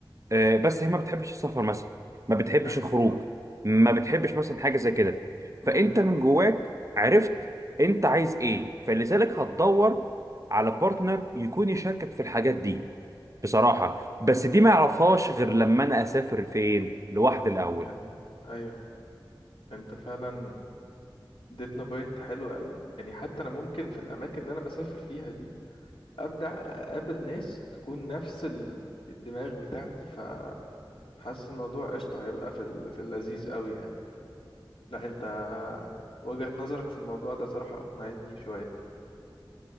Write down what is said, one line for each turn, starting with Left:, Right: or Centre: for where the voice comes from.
Right: آه، بس هي ما بتحبش السفر مثلا ما بتحبش
Left: أيوه
Right: الخروج ما بتحبش مثلا حاجه زي كده فانت
Left: امم
Right: من جواك عرفت انت عايز ايه فلذلك هتدور على بارتنر يكون يشاركك في الحاجات دي بصراحه بس دي ما اعرفهاش غير لما انا اسافر فين لوحدي
Left: المكان
Right: الاول
Left: ده أيوه أنت فعلا اديتنا بوينت حلو قوي يعني حتى أنا ممكن في الأماكن اللي أنا بسافر فيها دي ابدع اقابل ناس تكون نفس ال- الدماغ بتاعتي فحاسس الموضوع قشطه هيبقى في ال- في اللذيذ قوي يعني لا انت وجهة نظرك في الموضوع ده صراحه اقنعتني شويه